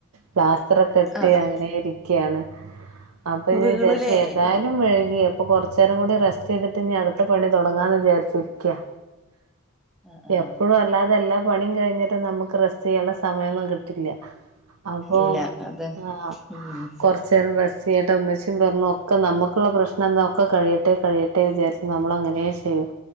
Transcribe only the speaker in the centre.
ആഹ് ആഹ്
വീണുലേ
ആഹ് ആഹ്
ഇല്ല അത്
ഉം